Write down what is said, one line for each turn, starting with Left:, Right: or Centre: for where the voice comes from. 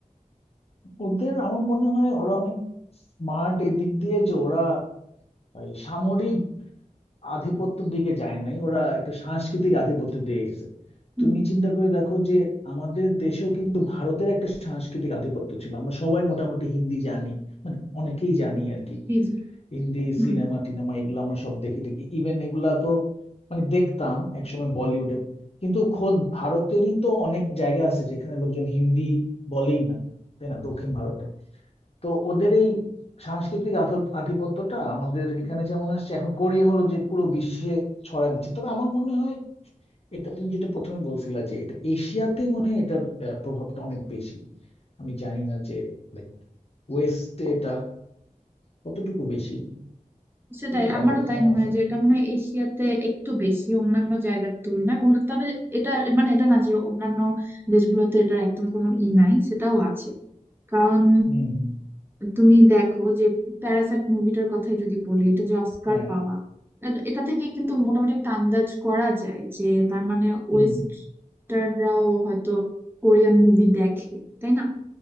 Left: ওদের আমার মনে হয় ওরা অনেক স্মার্ট এদিক দিয়ে যে ওরা এই সামরিক আধিপত্যের দিকে যায় নাই ওরা একটা সাংস্কৃতিক আধিপত্যের দিকে গেছে
Right: হুম
Left: তুমি চিন্তা করে দেখো যে আমাদের দেশেও কিন্তু ভারতের একটা সাংস্কৃতিক আধিপত্য ছিল আমরা সবাই মোটামুটি হিন্দি জানি মানে অনেকেই জানি আর কি
Right: জি জি
Left: হিন্দি
Right: হুম
Left: সিনেমা টিনেমা এগুলো আমরা সব দেখে থাকি ইভেন এগুলা তো মানে দেখতাম একসময় বলিউডে কিন্তু খোদ ভারতেরই তো অনেক জায়গা আছে যেখানে লোকজন হিন্দি বলেই না তাই না দক্ষিণ ভারতে তো ওদের এই সাংস্কৃতিক আধ- আধিপত্যটা আমাদের এখানে যেমন আসছে এখন কোরিয়া হলো যে পুরো বিশ্বে ছড়ায় দিচ্ছে তবে আমার মনে হয় এটা তুমি যেটা প্রথমে বলছিলা যে এটা এশিয়াতেই মনে হয় এটার আহ, প্রভাবটা অনেক বেশি আমি জানি না যে লাইক ওয়েস্টে এটা কতটুকু বেশি
Right: সেটাই
Left: হইতে পারে
Right: আমারও
Left: ওখানেও
Right: তাই মনে
Left: আছে
Right: হয় যে এটা মনে হয় এশিয়াতে একটু বেশি অন্যান্য জায়গার তুলনায় অন্য- তবে এটা মানে এটা না যে অন্যান্য দেশগুলোতে এটা একদম কোনো ই নাই সেটাও আছে কারণ
Left: হুম হুম,
Right: তুমি দেখো যে প্যারাসাইট মুভিটার কথাই যদি বলি এটা যে অস্কার
Left: হ্যাঁ
Right: পাওয়া এ- এটা থেকে কিন্তু মোটামুটি একটা আন্দাজ করা যায় যে তার মানে ওয়েস্টার্নরাও
Left: হুম
Right: হয়তো কোরিয়ান মুভি দেখে তাই না